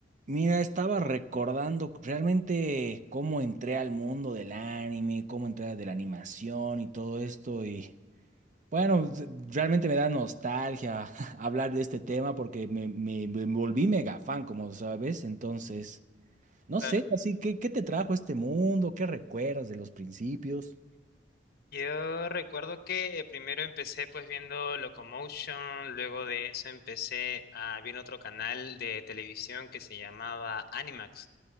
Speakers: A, on the right; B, on the left.
A: Mira, estaba recordando realmente cómo entré al mundo del anime, cómo entré de la animación y todo esto. Y bueno, s- realmente me da nostalgia <laughs> hablar de este tema porque me, me- me volví mega fan, como sabes. Entonces, no
B: Claro.
A: sé, así que, ¿qué te trajo a este mundo? ¿Qué recuerdas de los principios?
B: Yo recuerdo que primero empecé pues viendo Locomotion, luego de eso empecé a ver otro canal de televisión que se llamaba Animax.